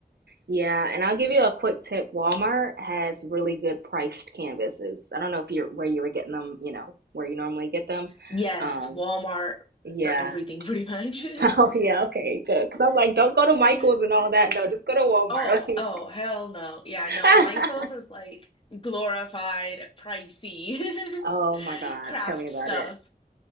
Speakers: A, on the right; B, on the left.
A: Yeah. And I'll give you a quick tip. Walmart has really good priced canvases. I don't know if you're where you were getting them, you know, where you normally get them.
B: Yes,
A: Um,
B: Walmart
A: yeah.
B: for everything,
A: <laughs>
B: pretty much.
A: Oh yeah, okay, good. Because I'm like, don't go to Michael's
B: <laughs>
A: and all that. No, just go to Walmart.
B: Oh,
A: <laughs> Like,
B: oh, hell no. Yeah,
A: <laughs>
B: no. Michael's is like glorified, pricey
A: oh my
B: <laughs>
A: God,
B: craft
A: tell me about
B: stuff.
A: it.